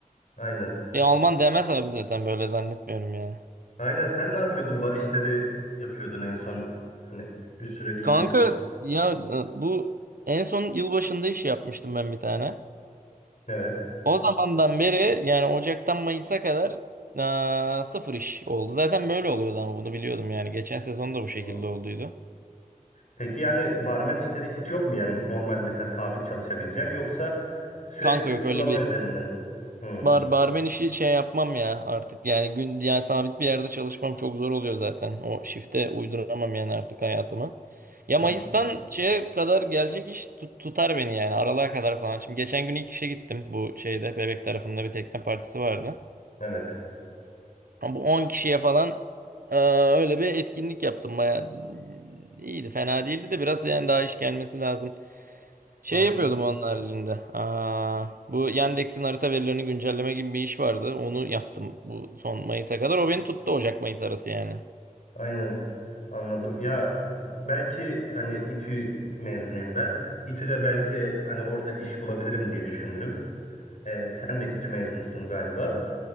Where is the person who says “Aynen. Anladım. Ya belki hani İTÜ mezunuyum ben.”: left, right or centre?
Left